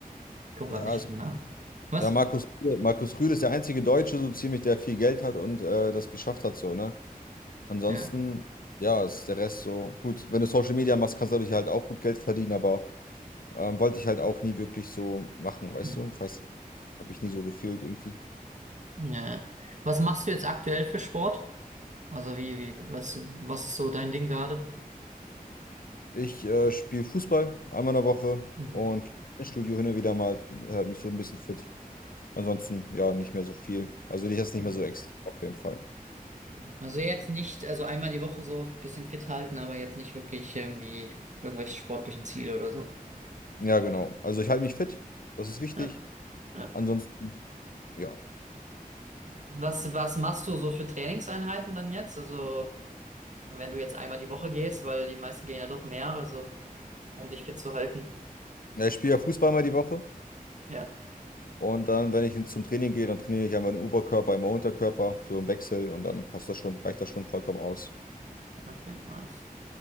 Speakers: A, on the right (about 55°); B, on the left (about 70°).
A: ich komme
B: Ja,
A: gerade nicht
B: es,
A: auf den Namen. Was?
B: ja Markus, Rühl- Markus Rühl ist der einzige Deutsche, so ziemlich, der viel Geld hat und äh, das geschafft hat. So, ne? Ansonsten,
A: Ja.
B: ja, ist der Rest so gut. Wenn du Social Media machst, kannst du dadurch halt auch gut Geld verdienen. Aber Ähm, wollte ich halt auch nie wirklich so machen, weißt
A: Hm.
B: du? Weiß, habe ich nie so gefühlt irgendwie.
A: Ja. Was machst du jetzt aktuell für Sport? Also wie, wie, was, was ist so dein Ding gerade?
B: Ich äh, spiele Fußball einmal in der Woche
A: Mhm.
B: und ins Studio hin und wieder mal, hält mich so ein bisschen fit. Ansonsten, ja, nicht mehr so viel. Also ich jetzt nicht
A: Mhm.
B: mehr so extrem auf jeden Fall.
A: Also jetzt nicht, also einmal die Woche so ein bisschen fit halten, aber jetzt nicht wirklich irgendwie irgendwelche sportlichen Ziele oder so.
B: Ja, genau. Also ich halte mich fit, das ist wichtig.
A: Ja, ja.
B: Ansonsten, ja.
A: Was, was machst du so für Trainingseinheiten dann jetzt? Also wenn du jetzt einmal die Woche gehst, weil die meisten gehen ja doch mehr, also um dich fit zu halten.
B: Ja, ich spiele ja Fußball mal die Woche
A: Ja,
B: und dann, wenn ich zum Training gehe, dann trainiere ich einmal den Oberkörper, einmal Unterkörper, so im Wechsel und dann passt das schon, reicht das schon vollkommen aus.
A: okay, nice.